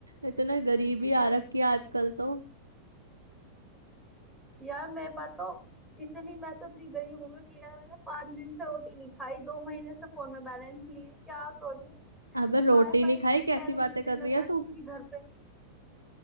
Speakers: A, on the right; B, in the centre.
A: इतने गरीबी आ रखी है आजकल तो
B: यार मेरे पास तो इतनी मैं तो इतनी गरीब हो गई कि यार मैंने पांच दिन से रोटी नहीं खाई दो महीने से फोन में बैलेंस लिए क्या करूं
A: अबे रोटी
B: वाईफाई
A: नहीं खाई कैसी
B: बैलेंस
A: बातें
B: इसलिए
A: कर
B: लगा
A: रही है
B: रही
A: तू
B: हूँ क्योंकि घर पे